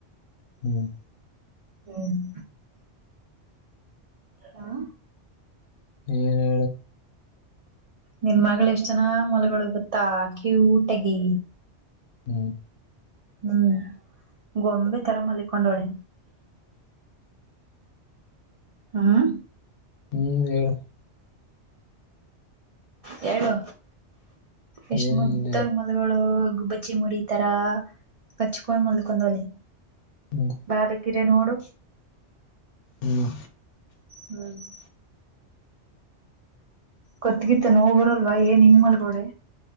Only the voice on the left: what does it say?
ಹ್ಮ್
ಹ್ಮ್
ಹ್ಮ್
ಹ್ಮ್ ಹೇಳ
ಏನಿಲ್ಲ
ಹ್ಮ್
ಹ್ಮ್